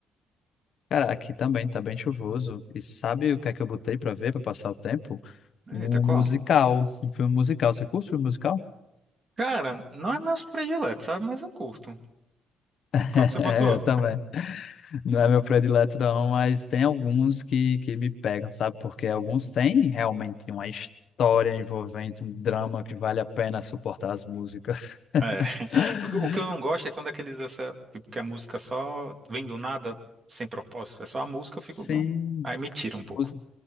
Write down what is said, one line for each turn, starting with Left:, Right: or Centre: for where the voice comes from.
Left: Cara, aqui também tá bem chuvoso. E sabe o que é que eu botei pra ver, pra passar o tempo? Um
Right: Eita, qual?
Left: musical, um filme musical. Você curte filme musical?
Right: Cara, não é meus prediletos, sabe? Mas eu curto.
Left: <laughs>
Right: Qual que você botou?
Left: É, eu também. Não é meu predileto não, mas tem alguns que, que me pegam, sabe? Porque alguns têm realmente uma história envolvente, um drama que vale a pena suportar as músicas.
Right: É, <laughs>
Left: <laughs>
Right: porque o que eu não gosto é quando aqueles, essa, tipo, que a música só vem do nada, sem propósito. É só a música, eu fico,
Left: Sim.
Right: não. Aí me tira um pouco.
Left: Mús-